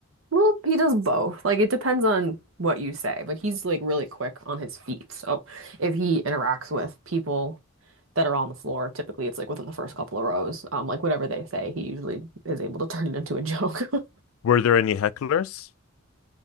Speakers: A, on the right; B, on the left.
A: Well, he does both. Like it depends on what you say, but he's like really quick on his feet. So if he interacts with people that are on the floor, typically it's like within the first couple of rows. Um, like whatever they say, he usually is able to turn it into a joke. <laughs>
B: Were there any hecklers?